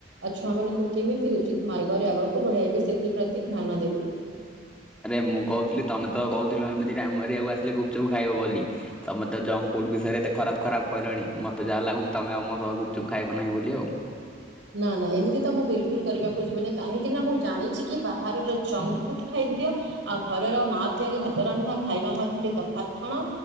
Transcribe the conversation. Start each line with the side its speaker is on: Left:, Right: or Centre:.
Right: ଆଉ ଛୁଆ ମାନଙ୍କୁ କେମିତି ଉଚିତ ମାର୍ଗରେ ଆଗକୁ ବଢାଇବେ ସେଥିପ୍ରତି ଧ୍ୟାନ ଦେବେ।
Centre: ଆରେ ମୁଁ କହୁଥିଲି ତମେ ତ କହୁଥିଲ ଏମିତି ରେ ଆମେ ଏରିଆକୁ ଆସିଲେ ଗୁପଚୁପ ଖାଇବ ବୋଲି? ତମେ ତ ଜଙ୍କ ଫୁଡ୍ ବିଷୟରେ ଏତେ ଖରାପ ଖରାପ କହିଲଣି ମତେ ଯାହା ଲାଗୁଛି ତମେ ଆଉ ମୋ ସହ ଗପୁଚୁପ ଖାଇବ ନାହିଁ ବୋଲି ଆଉ।
Right: ନା ନା ଏମିତି ତ ମୁଁ ବିଲକୁଲ କରିବାକୁ ଯିବିନି କାହିଁକି ନା ମୁଁ ଜାଣିଛି କି ବାହାରର ଜଙ୍କ ଫୁଡ ଖାଦ୍ୟ ଆଉ ଘରର ମା ତିଆରି ହାତ ରନ୍ଧା ଖାଇବା ମଧ୍ୟରେ ତଫାତ୍ କଣ?